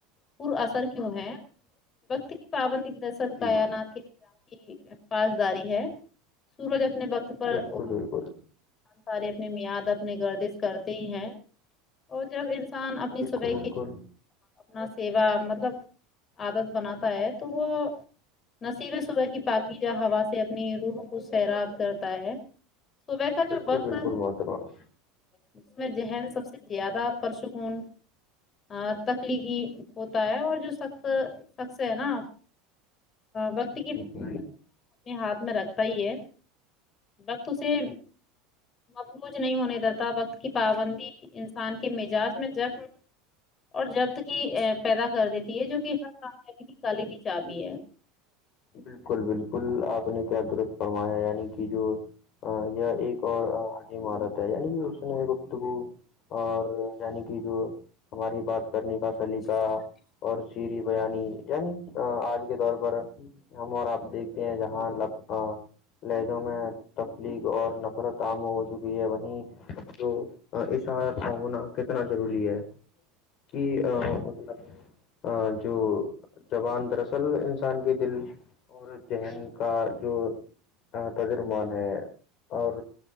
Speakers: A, on the left; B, on the left.
A: پور اثر کیوں ہے وقت کی پابندی دراصل
B: جی
A: کائنات کی کی پاسداری ہے سورج اپنے وقت پر
B: بالکل بالکل
A: ستارے اپنے میاد اپنے گردش کرتے ہیں اور جب انسان اپنی
B: بالکل
A: صبح
B: بالکل
A: کی اپنا سیوا مطلب آدت بناتا ہے تو وہ نصیبہ صبح کی پاکیزہ ہوا سے اپنی روح کو سیراب کرتا ہے صبح کا
B: بالکل
A: جو وقت
B: بالکل محترم
A: اس میں ذہن سب سے زیادہ پرسکون تک تخلیقی ہوتا ہے اور جو سخت سخت ہے نا وقت کی
B: جی
A: کنجی
B: جی
A: اپنے ہاتھ میں رکھتا ہی ہے وقت اسے مفلوج نہیں ہونے دیتا وقت کی پابندی انسان کے مزاج میں نظم اور ضبط کی پیدا کر دیتی ہے جو کہ ہر کامیابی کی کلیدی چابی ہے
B: بالکل بالکل آپ نے کیا درست فرمایا یعنی کہ جو یا ایک اور آدھی عمارت ہے یعنی کہ اس نے وقت کو اور یعنی کی جو ہماری بات کرنے کا سلیقہ اور شیرین بیانی یعنی آج کے دور پر ہم اور آپ دیکھتے ہیں جہاں لاپتا لہجوں میں تفلیغ اور نفرت عام ہو چکی ہے وہیں جو اس حالت کا ہونا کتنا ضروری ہے کہ مطلب جو زبان دراصل انسان کے دل اور ذہن کا جو ترجمان ہے اور